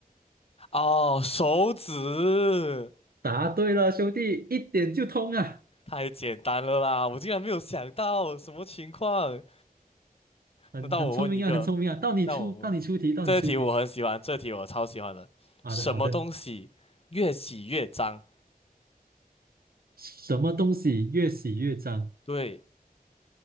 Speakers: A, on the left; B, on the right.
A: 哦，手指，
B: 答对了，兄弟，一点就通啊，
A: 太简单了啦，我竟然没有想到什么情况。
B: 很很聪明啊，
A: 那到我问一个，
B: 很聪明啊。到你出，
A: 到我问，
B: 到你出题，到你出题。
A: 这题我很喜欢，这题我超喜欢的。
B: 好的好的。
A: 什么东西越洗越脏？
B: 什么东西越洗越脏？
A: 对，